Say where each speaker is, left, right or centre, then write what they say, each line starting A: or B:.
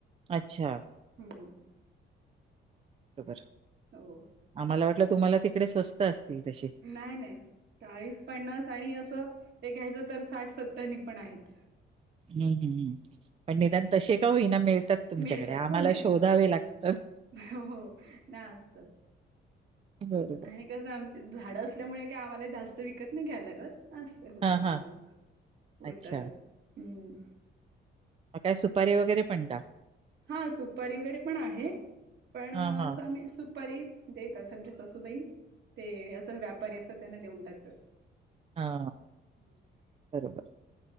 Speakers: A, on the right; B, on the right.
A: अच्छा.
B: हम्.
A: श.
B: हो.
A: आम्हाला वाटलं तुम्हाला तिकडे स्वस्त असतील तसे.
B: नाही नाही चाळीस पन्नास आणि असं एक घ्यायचं तर साठ सत्तर नि पण आहेत.
A: हम् हम् पण निदान तसे का होईना मिळतात तुमच्याकडे
B: मिळतात
A: आम्हाला
B: हो मिळतात
A: शोधावे लागत.
B: हो ना असतात.
A: हर.
B: आणि कसं आमची झाडं असल्यामुळे का आम्हाला जास्त विकत नाही घ्यायला लागत. अस होतात
A: हा
B: आम्हाला
A: हा
B: उरतात
A: अच्छा
B: आ हम्म.
A: काय सुपारी वगैरे पण का.
B: हा सुपारी वगैरे पण आहे पण
A: हा
B: असंम्ही
A: हा
B: सुपारी. देतं आमज सासूबाई ते असं व्यापारी असं त्यांना देऊन टाकतं. हम्म.
A: हा बरोबर